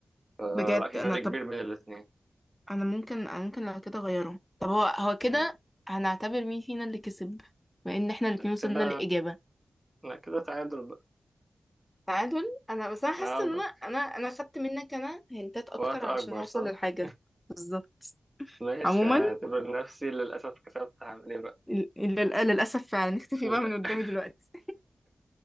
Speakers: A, on the right; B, in the centre.
A: آه،
B: بجد
A: لا في
B: انا
A: فرق
B: طب
A: كبير بين الاتنين
B: انا ممكن أنا ممكن لو كده اغيره طب هو هو كده
A: مم.
B: هنعتبر مين فينا اللي كسب بما ان احنا الاتنين وصلنا
A: كده
B: للاجابه
A: لا كده تعادل بقى
B: تعادل انا بس انا حاسه
A: آه،
B: ان انا انا انا خدت منك انا هنتات اكتر
A: وقت أكبر
B: علشان اوصل
A: صح؟
B: للحاجه بالظبط
A: ماشي
B: عموما
A: هعتبر نفسي للأسف كسبت هعمل إيه بقى؟
B: ال- ال- للأسف فعلا <laughs> نختفي
A: <laughs>
B: بقى من قدامي
A: لا
B: دلوقتي